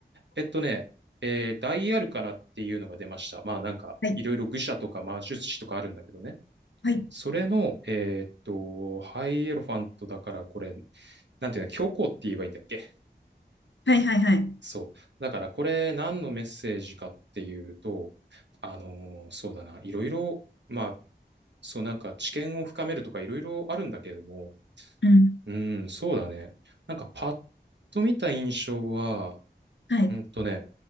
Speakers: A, on the right; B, on the left.
A: えっとね、えーダイアルカナっていうのが出ました。まあなんか、
B: はい、
A: いろいろ愚者とか魔術師とかあるんだけどね。
B: はい。
A: それの、えーっと、ハイエロファントだからこれ、なんていうの、教皇って言えばいいんだっけ
B: はいはいはい。
A: そう。だからこれ何のメッセージかっていうと、あのーそうだな、いろいろ、まあ、そうなんか知見を深めるとかいろいろあるんだけれども、
B: うん。
A: うん、そうだね。なんかパッと見た印象は、
B: はい。
A: うんとね、